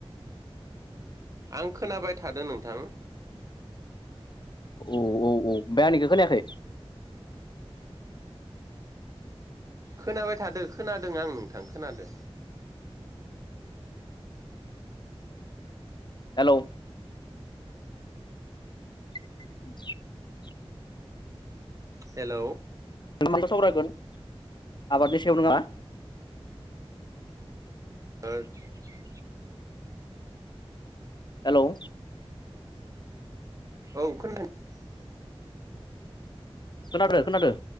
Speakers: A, on the right; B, on the left.
A: आं खोनाबाय थादो नोंथां।
B: औ औ औ ओमफ्राय आंनिखो खोनायाखै‌?
A: खोनाबाय थादो खोनादों आं नोंथां खोनादो।
B: हेलौ <inaudible>
A: हेलौ
B: <unintelligible> सावरायगोन आबादनि सायाव नोङा
A: <unintelligible>
B: हेलौ
A: औ खोना <unintelligible>
B: खोनादो खोनादो।